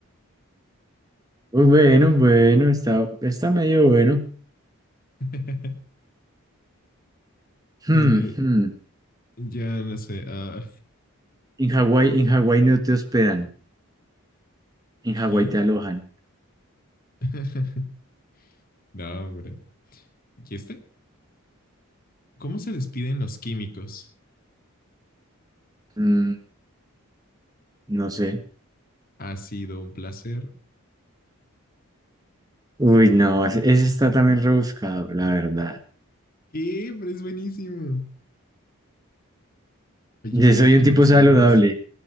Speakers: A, on the right (about 15°); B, on the left (about 40°).
A: Bueno, bueno, está, está medio bueno.
B: <laughs>
A: hmm
B: eh,
A: hmm.
B: ya no sé, uh,
A: En Hawái, en Hawái no te hospedan, en
B: ¿qué?
A: Hawái te alojan.
B: <laughs> no, hombre. ¿Y este? ¿Cómo se despiden los químicos?
A: Mm, no sé.
B: Ha sido un placer.
A: Uy, no, ese ese está también rebuscado, la verdad.
B: ¿Qué? Pero es buenísimo. Oye,
A: Dice, soy un
B: no
A: tipo
B: le sabes.
A: saludable.